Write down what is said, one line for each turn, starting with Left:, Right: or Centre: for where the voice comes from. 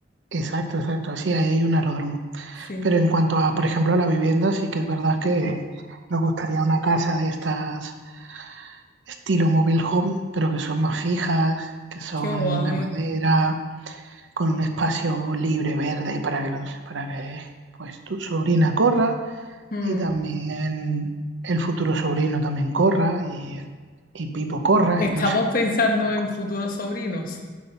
Right: Exacto, exacto. Sí, ahí hay un aeródromo.
Left: sí,
Right: Pero en cuanto a, por ejemplo, a la vivienda, sí que es verdad que nos gustaría una casa de estas estilo mobile home, pero que son más fijas, que son
Left: qué guay.
Right: de madera, con un espacio libre, verde, para que los, para que pues tu sobrina corra
Left: Mm,
Right: y también el futuro sobrino también corra y, el- y Pipo corra
Left: Estamos
Right: y no sé,
Left: pensando
Right: la cosa.
Left: en futuros sobrinos.